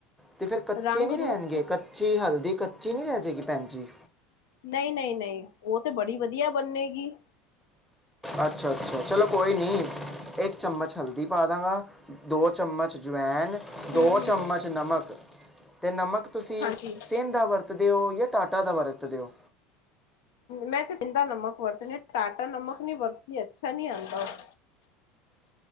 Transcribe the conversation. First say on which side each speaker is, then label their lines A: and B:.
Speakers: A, in the centre; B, on the left.
A: ਤੇ ਫੇਰ ਕੱਚੇ
B: ਰੰਗ
A: ਨੀ ਰਹਿਣਗੇ
B: ਰੂਪ
A: ਕੱਚੀ ਹਲਦੀ ਕੱਚੀ ਨੀ ਰਹਿ ਜਾਏਗੀ ਭੈਣ ਜੀ।
B: ਨਹੀਂ-ਨਹੀਂ-ਨਹੀਂ ਉਹ ਤੇ ਬੜੀ ਵਧੀਆ ਬੰਨੇਗੀ।
A: ਅੱਛਾ-ਅੱਛਾ ਚਲੋ ਕੋਈ ਨਹੀਂ ਇੱਕ, ਚਮਚ, ਹਲਦੀ ਪਾ ਦਾਂਗਾ ਦੋ ਚਮਚ ਜਵੈਨ
B: ਹੂੰ
A: ਦੋ
B: ਹੂੰ
A: ਚਮਚ ਨਮਕ, ਤੇ ਨਮਕ, ਤੁਸੀਂ
B: ਹਾਂਜੀ
A: ਸੇਦਾ ਵਰਤਦੇ ਹੋ ਜਾਂ ਟਾਟਾ ਨਮਕ, ਵਰਤ ਦਿਓ,
B: ਮੈਂ ਤੇ ਸ਼ਿੰਦਾ ਨਮਕ ਵਰਤਣੀ ਟਾਟਾ ਨਮਕ ਨੀ ਵਰਤੀ ਦੀ ਅੱਛਾ ਨੀ ਆਦਾ ਉਹ